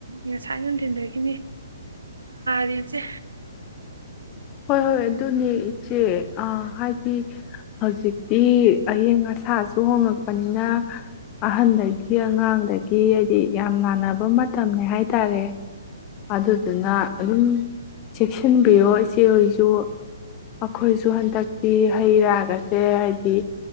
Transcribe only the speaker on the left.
ꯍꯣꯏ ꯍꯣꯏ ꯑꯗꯨꯅꯦ ꯏꯆꯦ ꯍꯥꯏꯗꯤ ꯍꯧꯖꯤꯛꯇꯤ ꯑꯌꯤꯡ ꯑꯁꯥꯁꯨ ꯍꯣꯉꯛꯄꯅꯤꯅ ꯑꯍꯟꯗꯒꯤ ꯑꯉꯥꯡꯗꯒꯤ ꯍꯥꯏꯗꯤ ꯌꯥꯝ ꯅꯥꯅꯕ ꯃꯇꯝꯅꯤꯅꯦ ꯍꯥꯏꯇꯥꯔꯦ ꯑꯗꯨꯗꯨꯅ ꯑꯗꯨꯝ ꯆꯦꯛꯁꯤꯟꯕꯤꯌꯣ ꯏꯆꯦꯍꯣꯏꯁꯨ ꯃꯈꯣꯏꯁꯨ ꯍꯟꯗꯛꯇꯤ ꯍꯩ ꯔꯥꯒꯁꯦ ꯍꯥꯏꯗꯤ